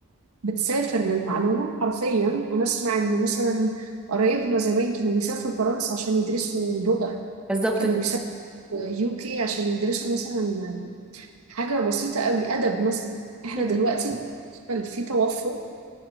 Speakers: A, on the right (about 80°); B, in the centre.
A: بتسافر للمعلومه حرفيا انا اسمع ان مثلا قرايبنا زمان كانوا بيسافروا فرنسا عشان يدرسوا لغه
B: بالظبط
A: كانوا
B: كده
A: بيسافروا يو كي عشان يدرسوا مثلا حاجه بسيطه قوي ادب مثلا احنا
B: امم
A: دلوقتي في توفر